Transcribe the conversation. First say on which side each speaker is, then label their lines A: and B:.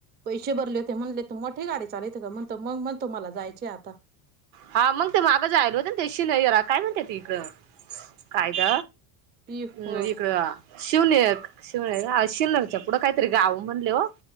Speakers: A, on the right; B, on the right.
A: पैसे भरले होते म्हणले तू मोठी गाडी चालविते का म्हणत मग म्हणतो मला जायचे आता
B: हा मग ते मागं जायल होत त्याशी नाहीरा काय म्हणते ती इकड काय ग
A: ती
B: हम्
A: हो
B: इकड शिवनेक शिवनेक शिवनेरच्या पुढं कायतरी गाव म्हणले हो